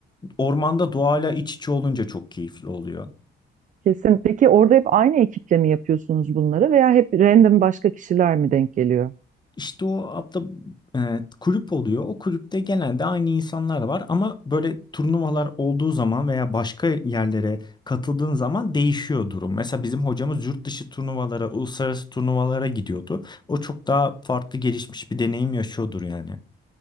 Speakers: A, on the left (about 20°); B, on the right (about 40°).
A: ormanda doğayla iç içe olunca çok keyifli oluyor.
B: Kesin. Peki orada hep aynı ekiple mi yapıyorsunuz bunları veya hep random başka kişiler mi denk geliyor?
A: İşte o abla e, kulüp oluyor. O kulüpte genelde aynı insanlar var ama böyle turnuvalar olduğu zaman veya başka yerlere katıldığın zaman değişiyor durum. Mesela bizim hocamız yurt dışı turnuvalara, uluslararası turnuvalara gidiyordu. O çok daha farklı gelişmiş bir deneyim yaşıyordur yani.